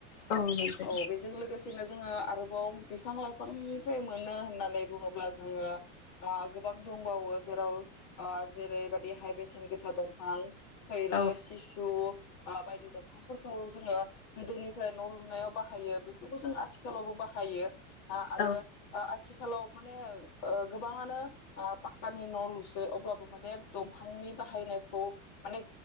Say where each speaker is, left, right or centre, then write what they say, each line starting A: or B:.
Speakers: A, on the left; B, on the left.
A: औ नंगौ
B: औ बेजों लोगोसेनो जोङो आरोबाव बिफां लाइफांनिफ्राय मोनो होननानै बुङोब्ला जोङो ओ गोबां दंबावो जेराव ओ जेरैबादिहाय बेसेन गोसा दंफां खैरो
A: औ
B: सिसु ओ बायदि दंफांफोरखौ जोङो गोदोनिफ्राय न' लुनायाव बाहायो बेफोरखौ जों आथिखालावबो बाहायो। आ आरो
A: औ
B: ओ आ आथिखालाव माने ओ गोबाङानो ओ पाक्कानि न' लुस ओ अब्लाबो माने दंफांनि बाहायनाय। खौ माने